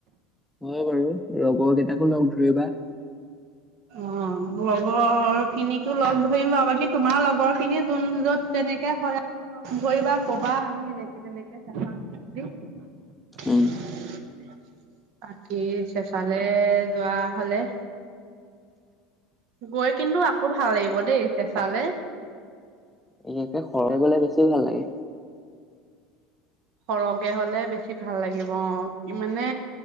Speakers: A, in the centre; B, on the right.
A: হয় বাৰু লগৰ কেইটাকো লগ ধৰিবা
B: অ লগৰ খিনিকো লগ ধৰিম বাৰু বাকী তোমাৰ লগৰ খিনি যোন য'ত যেনেকে হয় আৰু লগ ধৰিবা কবা আমি এনেকে তেনেকে চেঁচাত যাম বুলি।
A: উম
B: বাকী চেঁচালে যোৱা হ'লে গৈ কিন্তু আকৌ ভাল লাগিব দেই চেঁচালে
A: এনেকে সৰহ বেছি ভাল লাগে
B: সৰহকে হ'লে বেছি ভাল লাগিব অঁ মানে